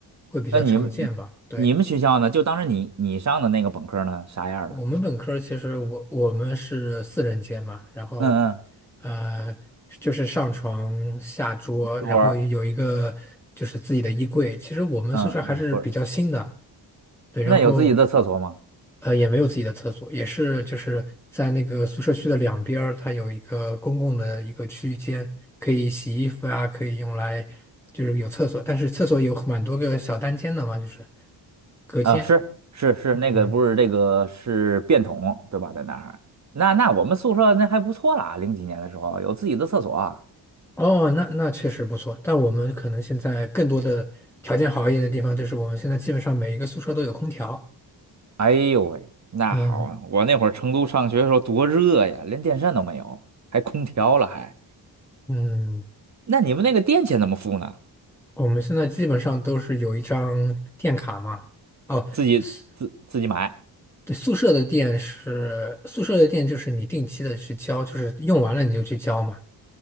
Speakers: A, in the centre; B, on the right.
A: 会比较常见吧？
B: 那你们你们学校呢？
A: 对。
B: 就当时你你上的那个本科呢，啥样的？
A: 我们本科儿其实我我们是四人间嘛，然后
B: 嗯嗯，
A: 呃就是上床下桌，
B: 多儿，
A: 然后有一个就是自己的衣柜。其实我们宿舍还是比较新的，
B: 嗯，有个棍儿。
A: 对，然后
B: 那有自己的厕所吗？
A: 呃也没有自己的厕所，也是就是在那个宿舍区的两边儿，它有一个公共的一个区间，可以洗衣服呀，可以用来就是有厕所，但是厕所有蛮多个小单间的嘛，就是隔间。
B: 啊，是是是，
A: 嗯。
B: 那个不是这个是便桶对吧？在那儿，那那我们宿舍那还不错啦，零几年的时候有自己的厕所啊。
A: 哦，那那确实不错，但我们可能现在更多的条件好一点的地方，就是我们现在基本上每一个宿舍都有空调。
B: 哎呦喂，那好啊！
A: 嗯
B: 我那会儿成都上学的时候多热呀，连电扇都没有，还空调了还。
A: 嗯，
B: 那你们那个电钱怎么付呢？
A: 我们现在基本上都是有一张电卡嘛。哦，
B: 自己自自己买？
A: 宿对，宿舍的电是宿舍的电，就是你定期的去交，就是用完了你就去交嘛。